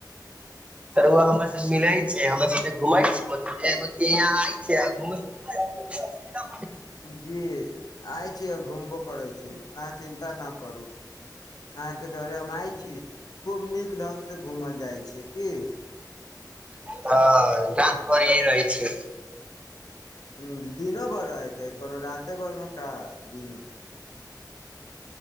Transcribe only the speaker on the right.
त रउआ हमरा सब मिलै छै हमरा सब घुमै छी यहाँ आय <unintelligible> <inaudible>
<unintelligible> रहय छि